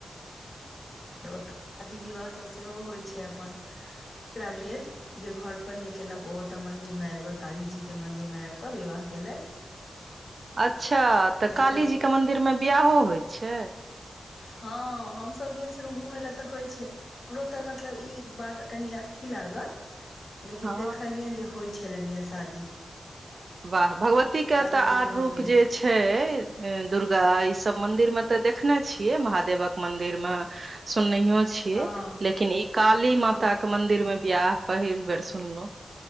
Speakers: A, on the left; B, on the right.
A: और ओतअ शादी विवाहसब सेहो होइ छै अपन, एकरा भेल। जे घर पर नै केलक, ओ ओतऽ मंदिर मे आबि कऽ कालीजी के मंदिर मे आबि कऽ विवाह केलथि।
B: अँच्छा! तऽ
A: ताहिके
B: काली जी के मंन्दिर मे बियाहो होइ छै।
A: हाँ हमसब गेल छलौ घूमै लेए तऽ होइ छै। हमरो तऽ मतलब इ बात कनि अथि लागल। लेकिन
B: हँ
A: देखलियन जे होइ छलनि या शादी।
B: बाह! भगवती के
A: काली
B: तऽ
A: जी
B: आर रूप
A: मंदिर
B: जे छै, दुर्गा इसब
A: हँ
B: मंदिर मे त देखने छियै, महादेवक मंदिर मे सुननैहियो छियै,
A: हँ
B: लेकिन इ काली माता
A: हँ
B: के मंदिर मे बियाह पहिल बेर सुनलउ।